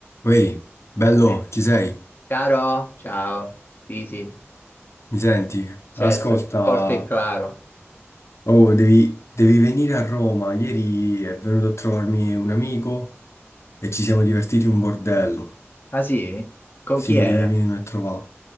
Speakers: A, on the left; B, on the left.
A: Ehi, bello,
B: Uè.
A: ci sei?
B: Caro, ciao. Sì, sì,
A: Mi senti?
B: certo,
A: Ascolta,
B: forte e claro.
A: oh, devi, devi venire a Roma. Ieri è venuto a trovarmi un amico e ci siamo divertiti un bordello.
B: Ah sì? Co-
A: Sì,
B: chi era?
A: devi venirmi a trovare.